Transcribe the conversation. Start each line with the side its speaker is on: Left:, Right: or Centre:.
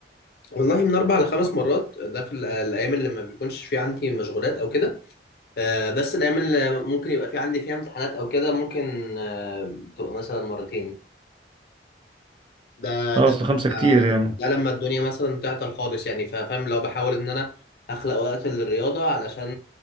Left: والله من اربع لخمس مرات ده في ال- الايام اللي ما بيكونش في عندي مشغولات او كده آه بس الايام اللي ممكن يبقى في عندي فيها امتحانات او كده ممكن آه تبقى مثلا مرتين ده
Right: اه
Left: ده
Right: اصل خمسه كتير
Left: آه
Right: يعني
Left: ده لما الدنيا مثلا تعطل خالص يعني فا- فاهم لو بحاول ان انا اخلق وقت للرياضه علشان